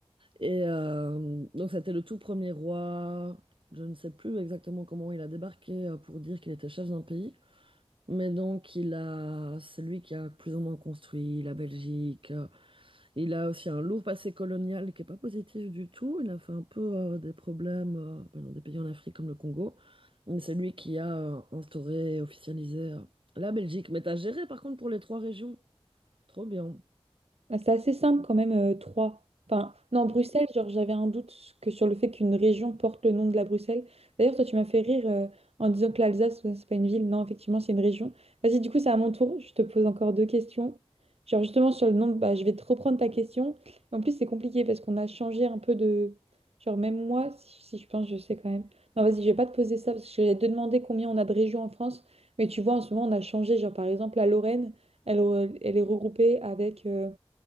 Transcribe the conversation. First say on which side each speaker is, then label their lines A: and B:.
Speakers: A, on the right; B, on the right.
A: Et euh, donc c'était le tout premier roi. Je ne sais plus exactement comment il a débarqué euh, pour dire qu'il était chef d'un pays, mais donc il a, c'est lui qui a plus ou moins construit la Belgique. euh, il a aussi un lourd passé colonial qui est pas positif du tout. Il a fait un peu euh, des problèmes euh, ben, dans des pays en Afrique comme le Congo. Mais C'est lui qui a euh, instauré et officialisé euh, la Belgique. Mais t'as géré par contre pour les trois régions. Trop bien.
B: Bah, C'est assez simple quand même, euh, Troyes. Enfin, non, Bruxelles, genre j'avais un doute que sur le fait qu'une région porte le nom de la Bruxelles. D'ailleurs, toi, tu m'as fait rire euh, en disant que l'Alsace, euh, c'est pas une ville. Non, effectivement, c'est une région. Vas-y, du coup, c'est à mon tour. Je te pose encore deux questions. Genre justement sur le nom, bah, je vais te reprendre ta question. En plus, c'est compliqué parce qu'on a changé un peu de... Genre même moi, si, si je pense, je sais quand même. Non, vas-y, je vais pas te poser ça parce que j'allais te demander combien on a de régions en France. Mais tu vois, en ce moment, on a changé. Genre par exemple, la Lorraine, elle, re- elle est regroupée avec... euh,